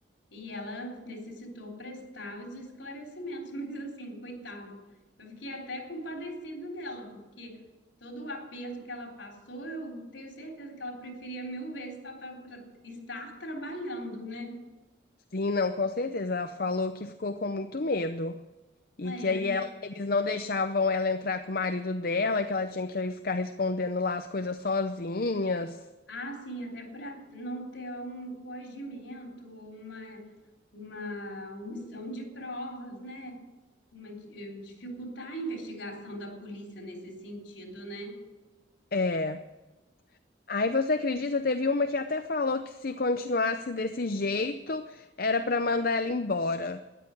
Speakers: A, on the left (about 85°); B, on the left (about 50°).
A: E ela necessitou prestar os esclarecimentos, <laughs> mas assim, coitada, eu fiquei até compadecida dela, porque todo o aperto que ela passou, eu tenho certeza que ela preferia mil vezes estar, tra- tra- estar trabalhando, né?
B: Sim, não, com certeza. Ela falou que ficou com muito medo. E
A: É.
B: que aí ela- eles não deixavam ela entrar com o marido dela, que ela tinha que ficar respondendo lá as coisas sozinhas.
A: Ah, sim, até para não ter um coagimento, uma, uma omissão de provas, né? Uma, di- eh, dificultar a investigação da polícia nesse sentido, né?
B: É. Aí você acredita, teve uma que até falou que se continuasse desse jeito, era pra mandar ela embora.